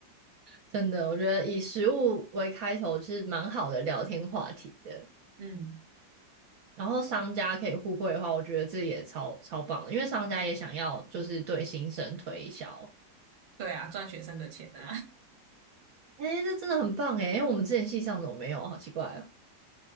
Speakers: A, on the right; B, on the right.
A: 真的，我觉得以食物为开头是蛮好的聊天话题的。
B: 嗯，
A: 然后商家可以互惠的话，我觉得这也超超棒的，因为商家也想要就是对新生推销。
B: 对啊，赚学生的钱啊，
A: 哎，这真的很棒哎，因为我们之前系上怎么没有啊？好奇怪哦。